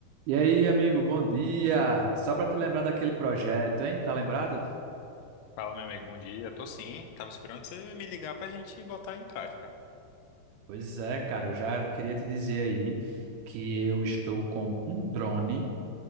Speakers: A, on the right; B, on the left.
A: E aí, amigo, bom dia! Só para te lembrar daquele projeto, hein? Tá lembrado?
B: Fala, meu amigo, bom dia. Tô sim, tava esperando você me ligar pra gente botar em prática.
A: Pois é, cara, eu já queria te dizer aí que eu estou com um drone